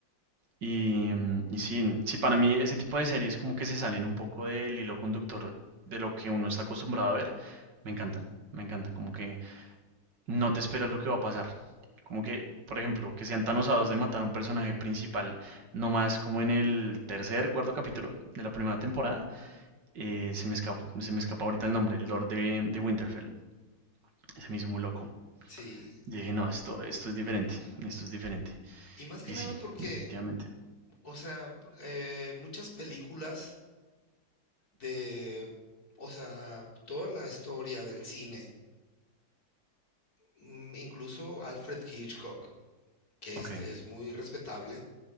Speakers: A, on the right (about 65°); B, on the left (about 50°).
A: Y, mm, y sí, sí, para mí ese tipo de series como que se salen un poco del hilo conductor de lo que uno está acostumbrado a ver. Me encantan, me encantan. Como que no te esperas lo que va a pasar. Como que, por ejemplo, que sean tan osados de matar a un personaje principal, no más como en el tercer, cuarto capítulo de la primera temporada. eh, se me escapó, se me escapa ahorita el nombre, el Lord de, de Winterfell. Se me hizo muy loco.
B: sí.
A: Y dije, no, esto, esto es diferente, esto es diferente.
B: Y más que
A: Y
B: nada
A: sí,
B: porque,
A: efectivamente.
B: o sea, eh, muchas películas de, o sea, toda la historia del cine, mm, incluso Alfred Hitchcock, que
A: Ok,
B: es, es muy respetable,